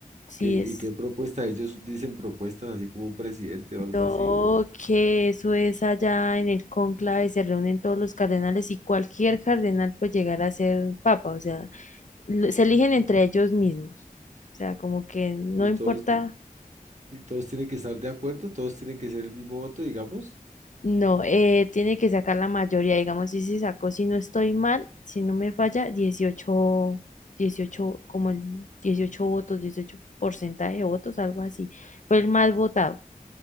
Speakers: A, on the left; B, on the right.
A: Sí
B: ¿Qué, y
A: es.
B: qué propuesta Ellos dicen propuestas así como un presidente o algo
A: No,
B: así, o,
A: que eso es allá en el cónclave, se reúnen todos los cardenales y cualquier cardenal puede llegar a ser papa, o sea, lo- se eligen entre ellos mismos. O sea, como que no
B: y
A: importa,
B: todos, y, y todos tienen que estar de acuerdo, todos tienen que ser el mismo voto, digamos.
A: no, eh, tiene que sacar la mayoría, digamos, si se sacó, si no estoy mal, si no me falla, dieciocho dieciocho como el 18 votos, 18 porcentaje de votos, algo así. Fue el más votado